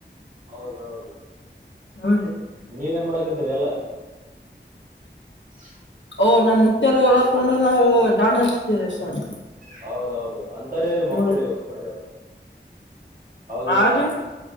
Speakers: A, on the right; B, on the left.
A: ಹೌದೌದು
B: ಹಹ್ಮ್ ರೀ
A: ನೀವ ಏನ್ ಮಾಡಕತ್ತೀರಿ ಎಲ್ಲಾ <unintelligible>
B: ಓ್ ನಮ್ ಮುುತ್ತ್ಯಾರ ಒಲಕೊಂಡು ನಾವು ದಾಣಿ ಹಚ್ತೀರ ಸರ್
A: ಹೌದೌದು ಅಂತರ ಇವ್ರ್
B: ಹ್ಞೂ
A: ಮಕ್ಕಳ್
B: ರೀ
A: ರಿ ನೋಡ್ರಿ ಹೌದಲ್ಲ
B: ಆ ರೀ